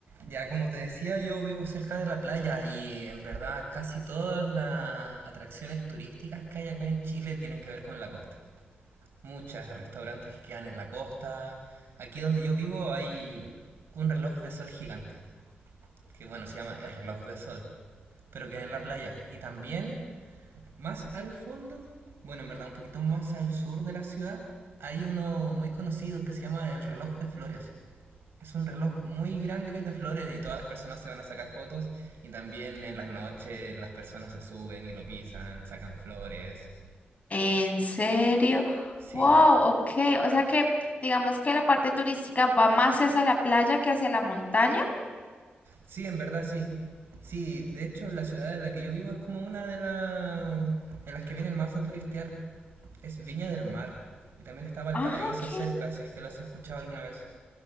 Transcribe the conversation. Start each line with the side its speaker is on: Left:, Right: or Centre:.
Right: Ya, como te decía, yo vivo cerca de la playa y en verdad casi todas las atracciones turísticas que hay acá en Chile tienen que ver con la costa. Muchas restaurantes que quedan en la costa. Aquí donde yo vivo hay un reloj de sol gigante, que bueno, se llama el reloj de sol, pero queda en la playa. Y también más al fondo, bueno, en verdad un poquito más al sur de la ciudad, hay uno muy conocido que se llama el reloj de flores. Es un reloj muy grande que es de flores y todas las personas se van a sacar fotos y también en las noches las personas se suben y lo pisan, sacan flores.
Left: ¿En serio?
Right: Sí,
Left: Wow, ok. O sea que digamos que la parte turística va más hacia la playa que hacia la montaña.
Right: sí, en verdad sí. Sí, de hecho la ciudad en la que yo vivo es como una de las en las que vienen más a turistear. Es Viña del Mar. Y también estaba el
Left: Ah,
Right: paraíso
Left: ok.
Right: cerca, si es que lo has escuchado alguna vez.